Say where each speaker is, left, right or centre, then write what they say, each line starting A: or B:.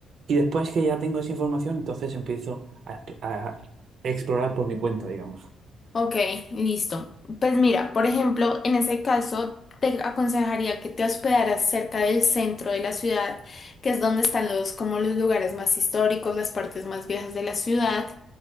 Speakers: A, on the right; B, on the left.
A: Y después que ya tengo esa información, entonces empiezo a a explorar por mi cuenta, digamos.
B: Ok, listo. Pues mira, por ejemplo, en ese caso te aconsejaría que te hospedaras cerca del centro de la ciudad, que es donde están los como los lugares más históricos, las partes más viejas de la ciudad.